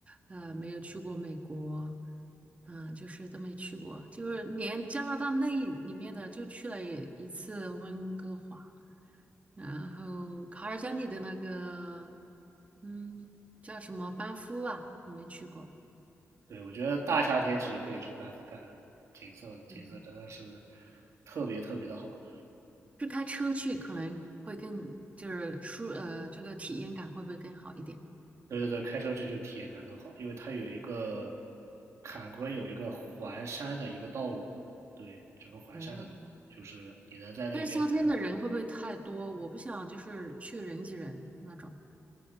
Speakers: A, on the right; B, on the right.
A: 呃，没有去过美国，嗯、就是都没去过，就是连加拿大那里面的就去了一次温哥华，然后卡尔加里的那个，嗯，叫什么班夫啊，你没去过？
B: 对，我觉得大夏天其实可以去班夫看看景色，景色真的是
A: 嗯，
B: 特别特别的好。
A: 就开车去可能会更就是舒呃，这个体验感会不会更好一点？
B: 对对对，开车去就体验感更好，因为它有一个坎昆有一个环山的一个道路，对，整个环山的道路就是你能在那边看。
A: 哦，但是夏天的人会不会太多？我不想就是去人挤人那种。